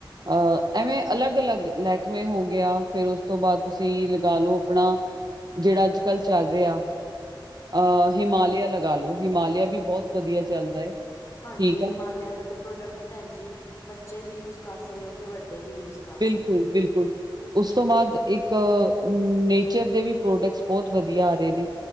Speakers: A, on the right; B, on the left.
A: ਅਹ ਐਵੇਂ ਅਲੱਗ, ਅਲੱਗ ਲਹਿਕਮੇ ਹੋ ਗਿਆ, ਫੇਰ ਉਸ ਤੋਂ ਬਾਅਦ ਤੁਸੀਂ ਲਗਾ ਲਓ ਆਪਣਾ ਜਿਹੜਾ ਅੱਜ, ਕੱਲ੍ਹ ਚੱਲ ਰਿਹਾ ਅਹ ਹਿਮਾਲਿਆ ਲਗਾ ਲੋ, ਹਿਮਾਲਿਆ ਵੀ ਬਹੁਤ ਵਧੀਆ ਚੱਲਦਾ ਹੈ।
B: ਹਾਂਜੀ,
A: ਠੀਕ ਆ
B: ਹਿਮਾਲਿਆ ਦਾ ਤੇ ਪ੍ਰੋਡਕਟ ਭੈਣ ਜੀ ਬੱਚੇ ਵੀ ਯੂਜ ਕਰ ਸਕਦੇ ਤੇ ਵੱਡੇ ਵੀ ਯੂਜ ਕਰ
A: ਬਿਲਕੁਲ,
B: ਸਕਦੇ ਨੇ
A: ਬਿਲਕੁਲ। ਉਸ ਤੋਂ ਬਾਅਦ ਇੱਕ ਨੇਚਰ ਦੇ ਵੀ ਪ੍ਰੋਡਕਟਸ ਬਹੁਤ ਵਧੀਆ ਆ ਰਹੇ ਨੇ